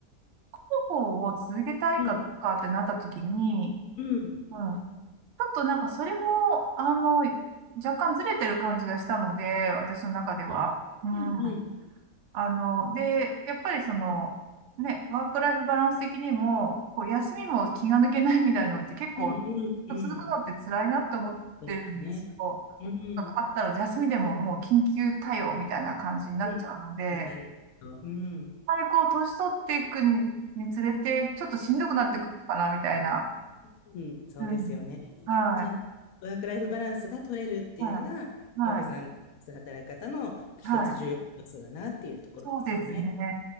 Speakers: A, on the right (about 70°); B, on the left (about 70°).
A: 広報を続けたいかどうかってなった時に、
B: うん。うん。
A: うんちょっとなんかそれも、あの、若干ずれてる感じがしたので、私の中では。
B: うん。
A: うん。
B: うん。うん。
A: あの、で、やっぱりその、ね、ワークライフバランス的にも、こう休みも気が抜けないみたいのって結構
B: うん。うん。うん
A: 続くのって辛いなって思ってるんですよ。
B: そうですね。うん。
A: なんかあったら休みでももう緊急対応みたいな感じになっちゃうので、
B: うん。
A: やっ
B: なるほど。うん。
A: ぱりこう年取っていくに、につれて、ちょっとしんどくなってくるかな、みたいな。
B: うん、そうですよね。
A: うん。はい。
B: ちゃんとワークライフバランスが取れるっていうのが、
A: はい。はい。
B: 陽子さんが働き方の一つ重要な要素だなっていうところですよね。
A: はい。そうですね。